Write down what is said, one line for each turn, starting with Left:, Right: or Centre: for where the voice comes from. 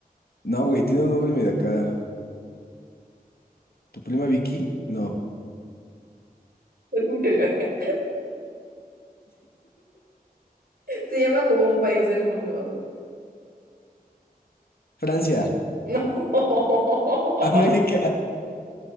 Left: No, güey, tiene un nombre medio acá. ¿Tu prima Vicky? No.
Right: <laughs> medio acá. Se llama como un país del mundo.
Left: Francia,
Right: No. <laughs>
Left: <laughs> América.